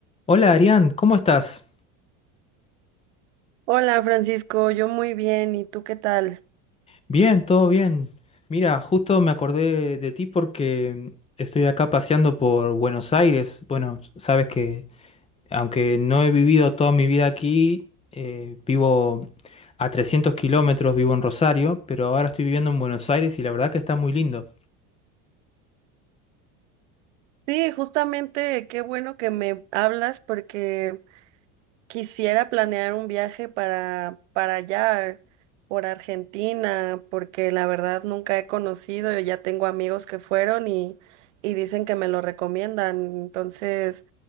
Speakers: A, on the left; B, on the right.
A: Hola Arián, ¿cómo estás?
B: Hola Francisco, yo muy bien, ¿y tú qué tal?
A: Bien, todo bien. Mira, justo me acordé de ti porque estoy acá paseando por Buenos Aires. Bueno, sabes que aunque no he vivido toda mi vida aquí, eh, vivo a 300 kilómetros, vivo en Rosario, pero ahora estoy viviendo en Buenos Aires y la verdad que está muy lindo.
B: Sí, justamente qué bueno que me hablas porque quisiera planear un viaje para, para allá, por Argentina, porque la verdad nunca he conocido, y ya tengo amigos que fueron y, y dicen que me lo recomiendan. Entonces,